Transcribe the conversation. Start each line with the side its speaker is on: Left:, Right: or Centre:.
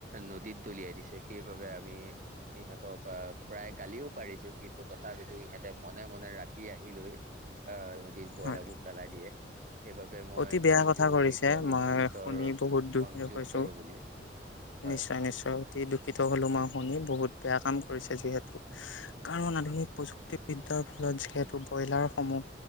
Right: নদীত দলিয়াই দিছে সেইবাবে আমি ইহঁতক প্ৰায়। গালিও পাৰিছো কিন্তু তথাপিতো ইহঁতে মনে মনে ৰাতি। আহি লৈ আহ নদীৰ ব্ৰইলাৰ
Left: হয়
Right: বোৰ পেলাই দিয়ে সেইবাবে মই
Left: অতি বেয়া
Right: ভাবিছো
Left: কথা কৰিছে
Right: এইটো আমি
Left: মই
Right: পুলিচৰ
Left: শুনি বহুত দুখী
Right: সংযোগ
Left: হৈছোঁ।
Right: কৰো বুলি হয়
Left: নিশ্চয় নিশ্চয় অতি দুখিত হলো মই শুনি বহুত বেয়া কাম। কৰি চাইছোঁ হেত কাৰণ আধুনিক প্ৰযুক্তি বিদ্যাৰ ফলত যিহেতু ব্ৰইলাৰ সমূহ